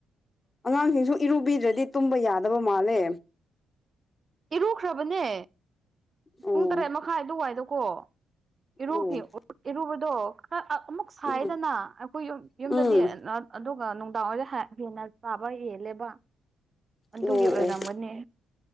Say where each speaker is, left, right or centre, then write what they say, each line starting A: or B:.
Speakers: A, on the left (about 25°); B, on the right (about 40°).
A: ꯑꯉꯥꯡꯁꯤꯡꯖꯨ ꯏꯔꯨꯕꯤꯗ꯭ꯔꯗꯤ ꯇꯨꯝꯕ ꯌꯥꯗꯕ ꯃꯥꯜꯂꯦ꯫
B: ꯏꯔꯨꯈ꯭ꯔꯕꯅꯦ
A: ꯑꯣ
B: ꯄꯨꯡ ꯇꯔꯦꯠ ꯃꯈꯥꯏ ꯑꯗꯨꯋꯥꯏꯗꯀꯣ꯫ ꯏꯔꯨꯈꯤ
A: ꯑꯣ
B: ꯏꯔꯨꯕꯗꯣ ꯈꯔ ꯑꯃꯨꯛ ꯁꯥꯏꯗꯅ
A: ꯎꯝ
B: ꯑꯩꯈꯣꯏ ꯌ ꯌꯨꯝꯗꯗꯤ
A: ꯎꯝ ꯑꯣ
B: ꯑꯗꯨꯒ ꯅꯨꯡꯗꯥꯡꯋꯥꯏꯔ ꯍꯦꯟꯅ ꯆꯥꯕ ꯍꯦꯜꯂꯦꯕ ꯑꯗꯨꯒꯤ
A: ꯑꯣ
B: ꯑꯣꯏꯔꯝꯒꯅꯤ꯫